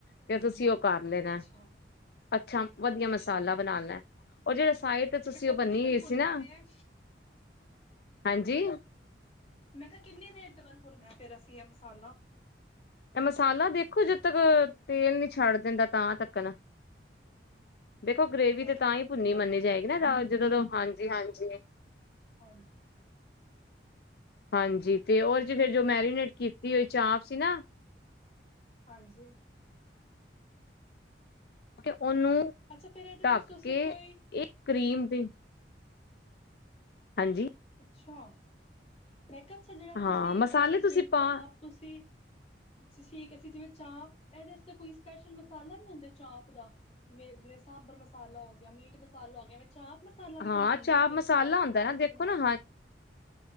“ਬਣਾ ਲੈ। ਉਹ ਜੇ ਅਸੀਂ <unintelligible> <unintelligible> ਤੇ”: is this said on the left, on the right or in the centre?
Left